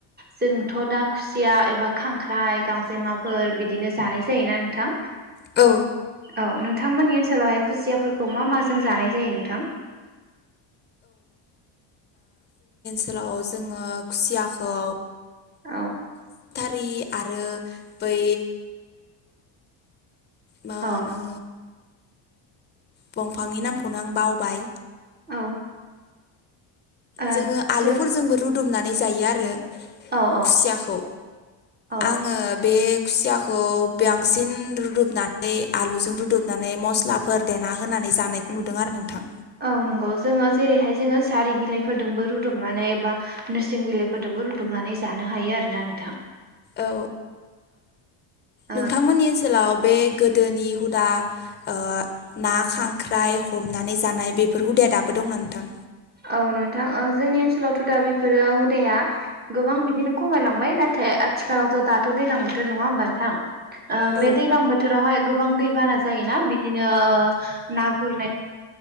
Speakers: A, on the right; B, on the left.
A: जोंथ' दा खुसिया एबा खांख्राइ गांजेमाफोर बिदिनो जानाय जायोना नोंथां।
B: औ।
A: औ नोंथांमोननि ओनसोलावहाय खुसियाफोरखौ मा माजों जानाय जायो नोंथां?
B: फोराव जोङो खुसियाखौ
A: औ।
B: फ्रि आरो बै मा
A: औ
B: होनो दंफांनि नामखौनो आं बावबाय।
A: औ। ओ
B: जोङो आलुफोरजोंबो
A: जों
B: रुदुबनानै जायो आरो।
A: औ औ
B: खुसियाखौ
A: औ
B: आङो बे खुसियाखौ बांसिन रुदबनानै आलुजों रुदब नानै मस्लाफोर देना होनानै जानायखौ नुदों आरो नोंथां।
A: औ नंगौ जोङो जेरैहाय जोङो सारि बिलाइफोरजोंबो रुदबनानै बा एबा नोरसिं बिलाइफो। बो रुदब नानै जानो हायो आरो ना नोंथाङा।
B: औ
A: ओ
B: नोंथांमोननि ओनसोलाव बे गोदोनि हुदा। ओ ना खांख्राइ हमनानै जानाय बेफोर हुदाया दाबो दंना नोंथां?
A: औ नोंथां ओ जोंनि ओनसोलावथ' दा बेफोरो हुदाया गोबां बिदिनो खमायलांबाय नाथाय फाय आथिखालावथ' दाथ' दैज्लां बोथोर नङा होमब नोंथां? ओ
B: औ
A: बे दैलां बोथोरावहाय गोबां दैबाना जायोना बिदिनो ओ ना गुरनाय।